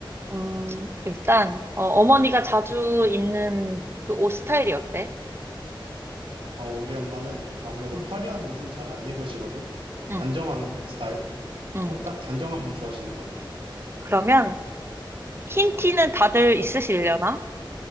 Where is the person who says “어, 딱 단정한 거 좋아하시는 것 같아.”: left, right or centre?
Right